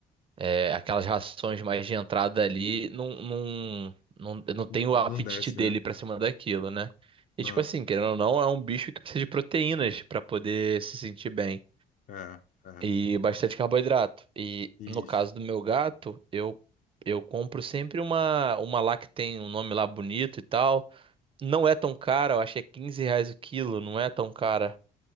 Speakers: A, on the right (about 30°); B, on the left (about 50°).
A: É, aquelas rações mais de entrada ali não, não, não, não tem
B: N- Não
A: o apetite
B: desce,
A: dele
B: né?
A: para cima daquilo, né? E
B: Ah,
A: tipo assim, querendo ou não, é um bicho que precisa de proteínas para poder se sentir bem
B: é, é,
A: e bastante carboidrato. E
B: isso.
A: no caso do meu gato, eu eu compro sempre uma uma lá que tem um nome lá bonito e tal não é tão cara, eu acho que é 15 reais o quilo, não é tão cara.